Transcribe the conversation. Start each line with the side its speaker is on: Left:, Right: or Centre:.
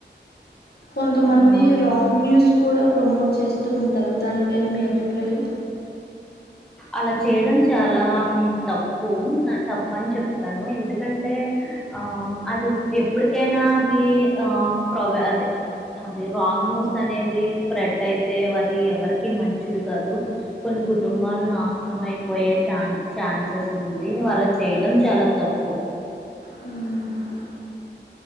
Left: కొంతమంది
Centre: మనం
Left: రాంగ్ న్యూస్ కూడా ప్రమోట్ చేస్తూ ఉంటారు దానిపైన మీ అభిప్రాయం
Centre: అలా చేయడం చాలా తప్పు తప్పు వన్ అని చెప్తాను ఎందుకంటే ఆ అది ఎప్పటికైనా అది ఆ ప్రవ అదే అది రాంగ్ న్యూస్ అనేది స్ప్రెడ్ అయితే అది ఎవరికి మంచిది కాదు కొన్ని కుటుంబాలు నాశనం అయిపోయే శాంగ్ ఛాన్సెస్ ఉంది వాళ్ళ చేయడం చాలా తప్పు
Left: ఉమ్